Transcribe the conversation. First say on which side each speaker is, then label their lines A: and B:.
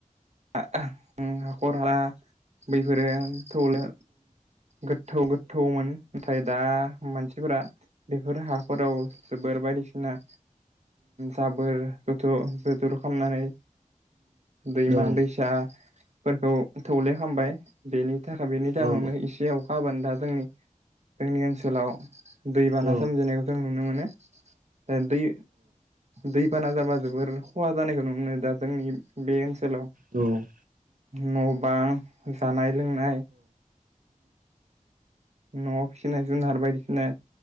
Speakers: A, on the right; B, on the right.
A: हाखर हाला बैफोरो थौले गोथौ गोथौमोन नाथाय दा मानसिफोरा बेफोर हाफोराव जोबोर बायदिसिना जाबोर जथुर खालामनानै दैमा
B: औ
A: दैसाफोरखौ थौलेखामबाय बेनि थाखाय बेनि जाहोनावनो
B: औ
A: एसे अखा हाबोन दा जोंनि जोंनि ओनसोलाव दैबाना
B: औ
A: सोमजिनायखौ जों नुनो मोनो। दै दै बाना जाबा जोबोर खहा जानायखौ नुनो मोनो दा जोंनि बे ओनसोलाव
B: औ।
A: न' बां जानाय लोंनाय न' फिनाय जुनार बायदिसिना